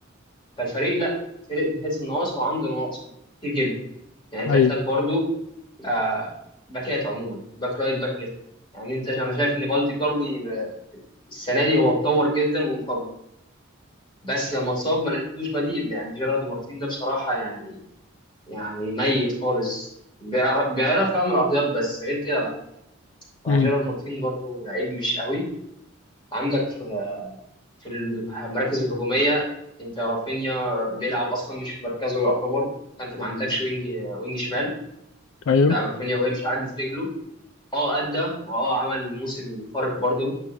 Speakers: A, on the left; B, on the left.
A: فالفريق لأ فريق بيحس النواقص وعنده نواقص كتير جدا يعني أنت
B: ايوه
A: محتاج برضو آه باكات عموما باك رايت باك ليفت يعني أنت أنا شايف إن بالدي برضو السنة دي هو اتطور جدا وانفجر بس لما اتصاب ما لقيتلوش بديل يعني جيرارد مارتين ده بصراحة يعني يعني ميت خالص بيعرف بيعرف يعمل عرضيات بس غير كده لا فجيرارد
B: امم
A: مارتين برضو لعيب مش قوي عندك في في المراكز الهجومية انت رافينيا بيلعب اصلا مش في مركزه يعتبر فانت ما عندكش وينج وينج شمال
B: ايوه
A: يلعب رافينيا وهي مش عادلة رجله اه ادى واه عمل موسم خارق برضو